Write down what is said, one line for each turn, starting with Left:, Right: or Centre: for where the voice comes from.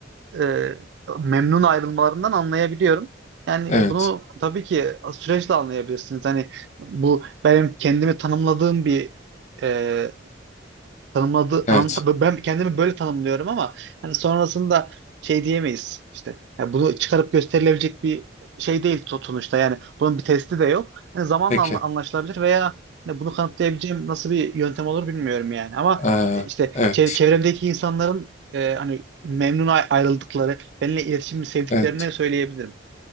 Right: e, memnun ayrılmalarından anlayabiliyorum. Yani
Left: evet,
Right: bunu tabii ki süreçle anlayabilirsiniz. Hani bu benim kendimi tanımladığım bir e, tanımladı tan,
Left: evet.
Right: ben kendimi böyle tanımlıyorum ama hani sonrasında şey diyemeyiz işte Yani bunu çıkarıp gösterilebilecek bir şey değil so- sonuçta yani bunun bir testi de yok. Hani zamanla
Left: Peki.
Right: anla- anlaşılabilir veya hani bunu kanıtlayabileceğim nasıl bir yöntem olur bilmiyorum yani ama
Left: Ee,
Right: e, işte
Left: evet,
Right: çev- çevremdeki insanların e, hani memnun ay- ayrıldıkları, benimle iletişimi sevdiklerini
Left: evet.
Right: söyleyebilirim.